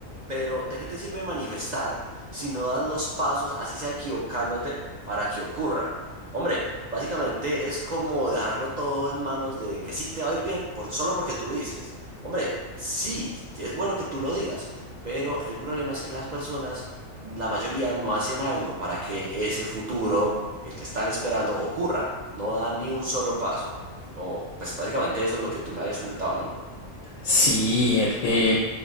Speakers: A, on the right; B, on the left.
A: Pero, ¿de qué te sirve manifestar? si no das los pasos, así sea equivocándote, para que ocurra. Hombre, básicamente es como dejarlo todo en manos de que sí te va a ir bien, por, solo porque tú dices. Hombre, sí, es bueno que tú lo digas, pero el problema es que las personas, la mayoría, no hacen algo para que ese futuro, el que están esperando, ocurra. No dan ni un solo paso. O, pues básicamente eso es lo que tú me habías comentado, ¿no?
B: Sí, el que